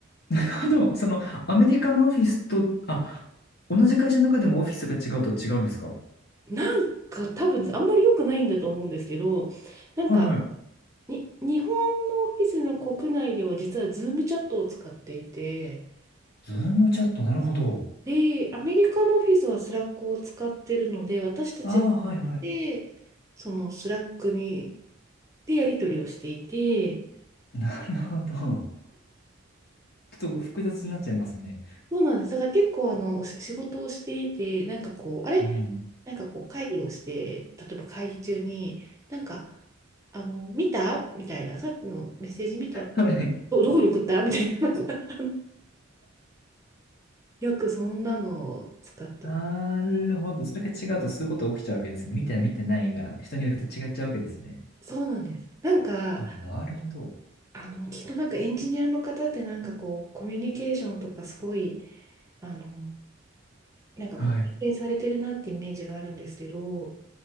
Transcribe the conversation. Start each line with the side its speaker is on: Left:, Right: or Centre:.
Left: ただ、その、アメリカのオフィスと、あ、同じ会社の中でもオフィスが違うと違うんですかは
Right: なんか、多分、あんまり良くないんだと思うんですけど、なんか、
Left: いはい。
Right: に、日本のオフィスの国内では実はズームチャットを使っていて、
Left: ズームチャット、なるほど。
Right: で、アメリカのオフィスはスラックを使ってるので、私たちが
Left: ああ、はいはい。
Right: で、そのスラックに、でやり取りをしていて、
Left: なるほど。ちょっと複雑になっちゃいますね。
Right: そうなんです。だから結構あの、お仕仕事をしていて、なんかこう、あれ
Left: うん。
Right: なんかこう会議をして、例えば会議中に、なんか、あの、見たみたいな、さっきのメッセージ見た
Left: はい
Right: ど、どこに送ったみたいな、なんかあ <laughs> よくそんなのを使ってます。
Left: なるほど。それが違うとそういうことが起きちゃうわけですね。見て見てないが、人によって違っちゃうわけですね。
Right: そうなんです。なんか、
Left: あ、なるほど。
Right: あの、きっとなんかエンジニアの方ってなんかこう、コミュニケーションとかすごい、あの、なんかこう、
Left: はい。
Right: 経験されてるなってイメージがあるんですけど、